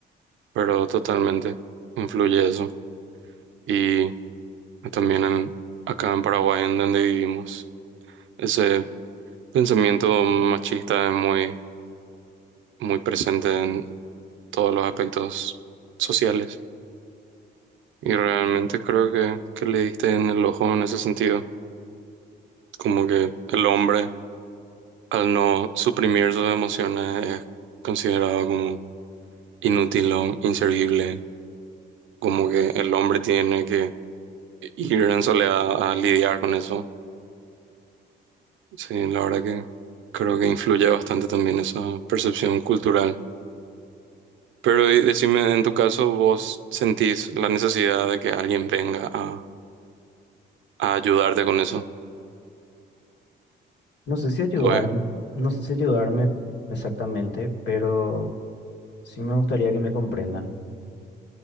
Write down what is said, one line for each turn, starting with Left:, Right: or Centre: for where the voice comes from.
Right: pero totalmente influye eso. Y también en, acá en Paraguay, en donde vivimos, ese pensamiento machista es muy, muy presente en todos los aspectos sociales. Y realmente creo que, que le diste en el ojo en ese sentido. Como que el hombre, al no suprimir sus emociones, es considerado como inútil o inservible. Como que el hombre tiene que ir en soledad a lidiar con eso. Sí, la verdad que creo que influye bastante también esa percepción cultural. Pero y decime, en tu caso, ¿vos sentís la necesidad de que alguien venga a, a ayudarte con eso?
Left: No sé si ayudar,
Right: Pues,
Left: no sé si ayudarme exactamente, pero sí me gustaría que me comprendan.